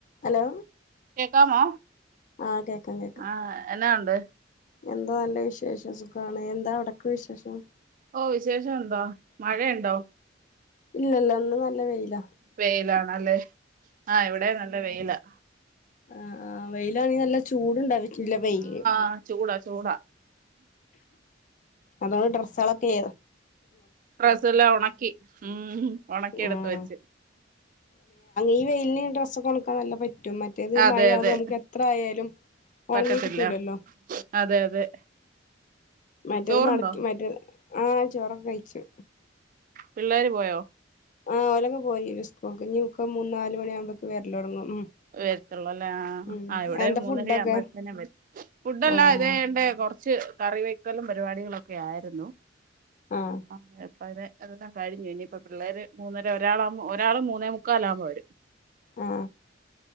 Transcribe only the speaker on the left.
Hello
ആഹ് കേക്കാം കേക്കാം
എന്താ നല്ല വിശേഷം സുഖാണ് എന്താ അവിടക്ക് വിശേഷം
ഇല്ല ഇല്ല ഇന്ന് നല്ല വെയില
ആഹ ആഹ വെയിലാണെങ്കി നല്ല ചൂടുണ്ടട്ടില്ല വെയില്
അതൊണ്ട് ഡ്രസ്സകുകളൊക്കെ
ആഹ്
ഈ വെയിലിന് ഡ്രസ്സ് കൊണക്കാൻ നല്ല പറ്റും മറ്റേത്
മഴ ആുവുമ്പോ
നമുക്ക് എത്ര ആയാലും
ഒണങ്ങി കിട്ടൂലല്ലോ
മറ്റേത്
മടക്കി മറ്റേ ആഹ ചോറൊക്കെ കഴിച്ചു
ആഹ ഓലങ്ങങ് പോയി സ്കൂൾക്ക് ഇനിക്ക് മൂന്ന് നാല് മണിയാവുമ്പേക്ക് വരല ടങ്ങും ഉം
ഉം
എന്താ
ഫുഡൊക്കെ
ആഹ്
ആഹ്
ആഹ